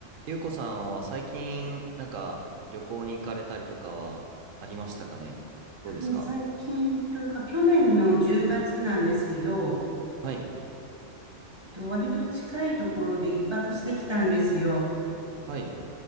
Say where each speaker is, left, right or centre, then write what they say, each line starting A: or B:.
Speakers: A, on the right (about 85°); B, on the right (about 25°).
A: ゆうこさんは最近、なんか、旅行に行かれたりとかはありましたかねどうですか
B: もう最近というか、去年の10月なんですけど、
A: はい。
B: と割と近いところで一泊してきたんですよ。
A: はい。